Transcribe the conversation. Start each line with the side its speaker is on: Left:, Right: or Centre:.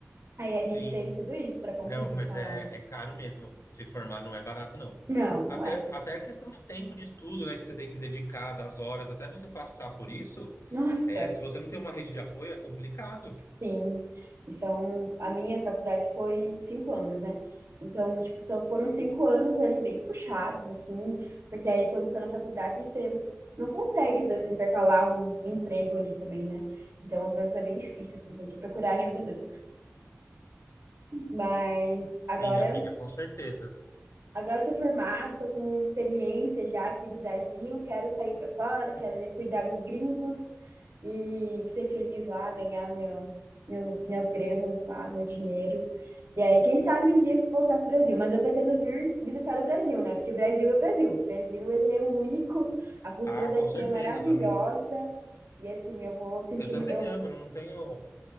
Right: Aí
Left: sim.
Right: a gente fez tudo isso para conseguir
Left: Não, mas
Right: estar
Left: é,
Right: lá.
Left: é caro mesmo. Se formar não é barato, não.
Right: Não, não
Left: Até,
Right: é.
Left: até a questão do tempo de estudo, né, que você tem que dedicar, das horas, até você passar por isso,
Right: Nossa,
Left: é, se você não tem uma rede de apoio, é complicado.
Right: sim. E são, a minha faculdade foi cinco anos, né? Então, tipo, só foram cinco anos ali bem puxados, assim, porque aí quando você está na faculdade, você não consegue, às vezes, intercalar um um emprego ali também, né? Então, às vezes é bem difícil, assim, tem que procurar ajuda mesmo. Mas
Left: Sim,
Right: agora,
Left: amiga, com certeza.
Right: agora eu tô formada, tô com experiência já aqui do Brasil, quero sair para fora, quero ir cuidar dos gringos e ser feliz lá, ganhar meu, meu, minhas granas lá, meu dinheiro. E aí, quem sabe um dia voltar pro Brasil, mas eu pretendo vir visitar o Brasil, né? Porque o Brasil é o Brasil. O Brasil, ele é único, a cultura
Left: Ah,
Right: daqui
Left: com certeza,
Right: é maravilhosa.
Left: eu também,
Right: E assim, eu vou sentir,
Left: eu também
Right: mu- eu,
Left: amo, não tenho,